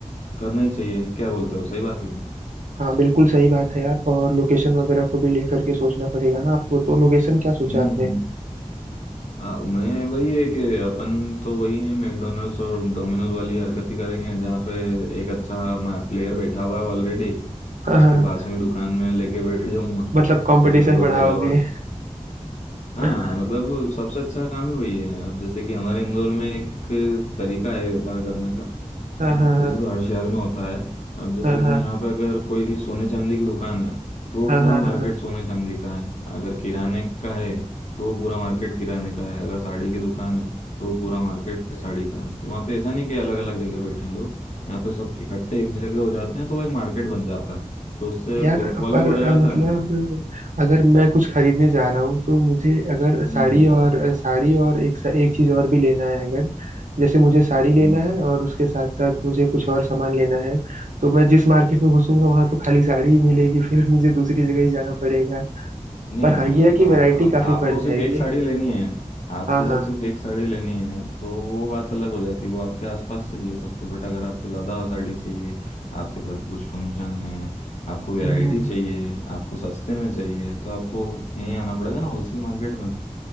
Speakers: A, on the left; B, on the right.
A: करना ही चाहिए क्या बोलते हो सही बात है कि नहीं?
B: हाँ बिल्कुल सही बात है यार और लोकेशन वगैरह को भी लेकर के सोचना पड़ेगा ना आपको तो लोकेशन क्या सोचा
A: हम्म
B: आपने
A: हम्म हाँ मैं वही है कि अपन तो वही है मैकडोनल्ड्स और डोमिनोज वाली हरकत ही करेंगे जहाँ पे एक अच्छा प्लेयर बैठा हुआ है ऑलरेडी
B: <laughs> हाँ
A: उसके
B: हाँ हाँ,
A: पास में दुकान में लेके बैठ जाऊंगा
B: मतलब कंपटीशन
A: तो मेरे को
B: बढ़ाओगे
A: जगह
B: <laughs>
A: हाँ
B: हाँ
A: मतलब सबसे अच्छा काम ही वही है अब जैसे कि हमारे इंदौर में एक तरीका है व्यापार करने का
B: हाँ
A: अ,
B: हाँ
A: वैसे तो हर शहर में होता है अब जैसे
B: हाँ हाँ
A: कि यहाँ पे अगर कोई सोने चांदी की दुकान है तो
B: हाँ
A: वो पूरा
B: हाँ
A: मार्केट
B: हाँ। हाँ।
A: सोने चांदी का है अगर किराने का है तो वो पूरा मार्केट किराने का है अगर साड़ी की दुकान है तो वो पूरा मार्केट साड़ी का है तो वहाँ पे ऐसा नहीं कि अलग अलग जगह बैठे हैं लोग यहाँ पे सब इकट्ठे एक जगह हो जाते हैं तो एक मार्केट बन जाता है तो उससे
B: यार
A: फुटफॉल
B: पर
A: भी बढ़ जाता
B: अ, मतलब
A: है
B: अगर मैं कुछ खरीदने जा रहा हूँ तो मुझे अगर साड़ी
A: हम्म हम्म
B: और अ, साड़ी और एक सा- एक चीज और भी लेना है अगर जैसे मुझे साड़ी लेना
A: हम्म
B: है और उसके साथ साथ मुझे कुछ और सामान लेना है तो मैं जिस मार्केट में घुसूंगा वहां तो खाली साड़ी ही मिलेगी फिर मुझे दूसरी जगह ही जाना पड़ेगा
A: नहीं
B: पर हाँ
A: आ,
B: ये
A: आ,
B: है कि वैरायटी काफी
A: आपको
B: बढ़ जाएगी
A: सिर्फ एक साड़ी लेनी है आपको
B: हाँ हाँ
A: अगर सिर्फ एक साड़ी लेनी है तो वो बात अलग हो जाती है वो आपके आसपास से भी ले सकते हो बट अगर आपको ज़्यादा साड़ी चाहिए आपके घर पे कुछ फंक्शन है आपको वैरायटी
B: हम्म, हम्म,
A: चाहिए
B: हम्म।
A: आपको सस्ते में चाहिए तो आपको यहीं आना पड़ेगा ना होलसेल मार्केट में